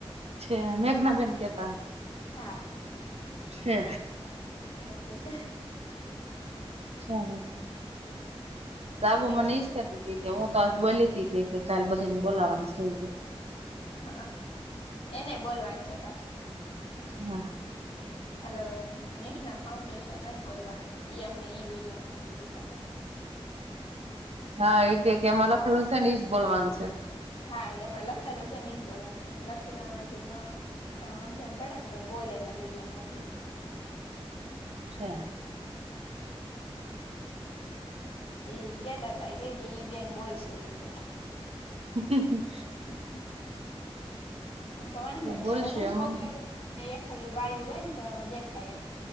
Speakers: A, on the right; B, on the left.
A: છે, મેઘના બેેન કેહતા.
B: હા.
A: છે.
B: એ રીતે.
A: ચાલો. સાબુ
B: કે
A: મને ઈજ કેતી તી કે હું તો આજ બોલી તી કે કા બધા ને બોલાવાનું છે કે.
B: હા અ એને બોલવાનું છે પાછું.
A: હા.
B: અલો મેઘના ફાઉન્ડેશન નથ બોલવાનું ઇ અમને ઈ વિડીયો મોકલી દીધા હતા.
A: હા, એક એમાં લખેલું છે ને એજ બોલવાનું છે.
B: હા, એમાં લખાયેલુ છેને ઇજ બોલવાનું છે. લખેલામાં જે ન હા, હમજણ પડે ને તો બોલેલા વિડિયા મોકલી.
A: છે.
B: હા. એ કેતા તા કે ઈ બેન બોલશે. ઇ કે
A: હ.
B: હ. હું કહુ વાંધો
A: તે
B: નહી
A: બોલશે
B: હાલો હું
A: એમાં
B: ચોકાટો. એ એક ખલું બાયું હોય ને તો દેખાય એમ.